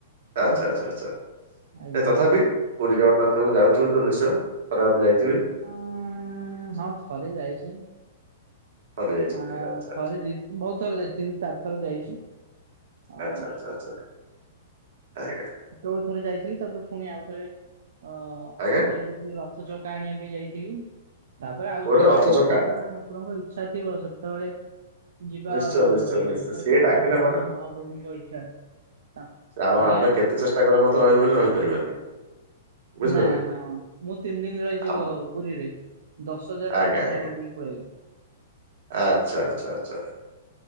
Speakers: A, on the right; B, on the right.
A: ଆଚ୍ଛା
B: ହଁ
A: ଆଚ୍ଛା ଆଛା ନାଇ
B: ଆଜ୍ଞା।
A: ତଥାପି। ପୁରୀ ଜଗନ୍ନାଥକୁ ଯାଉଥିବେ ତ ନିଶ୍ଚୟ ଥରେ ଅଧେ ଯାଇଥିବେ।
B: ଅଂହ ହଁ ଥରେ ଯାଇଛି।
A: ଥରେ ଯାଇଛନ୍ତି
B: ଆ
A: ଆଚ୍ଛା
B: ଥରେ
A: ଆଚ୍ଛା।
B: ଦି ବହୁତ ଥର ଯାଇଛି ତିନି ଚାରି ଥର ଯାଇଛି। ଆଉ
A: ଆଚ୍ଛା ଆଚ୍ଛା ଆଚ୍ଛା ଆଜ୍ଞା।
B: ଛୋଟବେଳେ ଥରେ ଯାଇଥିଲି ତାପରେ ପୁଣି ଆଉଥରେ ଅ
A: ଆଜ୍ଞା
B: ଆଉଥରେ ଯାଇଥିଲି ର ରଥ ଚକା ଆଣିବା ପାଇଁ ଯାଇଥିଲି ତାପରେ ଆଉ
A: ଗୋଟେ
B: ସବୁ ଜାଣିନି
A: ରଥ ଚକା
B: ଯେତେବେଳେ ଠାକୁରଙ୍କ ଇ ଇଛା ଥିବ ସେତେବେଳେ ଯିବା
A: ନିଶ୍ଚୟ
B: ଆଉ କଣ
A: ନିଶ୍ଚୟ
B: କରିବା
A: ନିଶ୍ଚୟ
B: ଯେତେବେଳେ
A: ସିଏ
B: ଠାକୁରଙ୍କ
A: ଡାକିଲା
B: ଇଚ୍ଛା ମହାପ୍ରଭୁଙ୍କ ଇଚ୍ଛା ତାଙ୍କ-
A: କାରଣ
B: ଆଜ୍ଞା।
A: ଆମେ କେତେ ଚେଷ୍ଟା କଲେ ମତେ ରହିବେ ବୋଲି ରହିପାରିବାନି। ବୁଝିପାରିଲେ।
B: ନା ହଁ ମୁଁ ତିନି ଦିନ ରହିଛି
A: ଆମ
B: ପୁରୀରେ ଦଶ ହଜାର ଟଙ୍କା
A: ଆଜ୍ଞା
B: ଖର୍ଚ୍ଚ
A: ଆଜ୍ଞା
B: କରିଦେଇକି ପଲେଇ ଆଇଲି।
A: ଆଚ୍ଛା ଆଚ୍ଛା ଆଛା।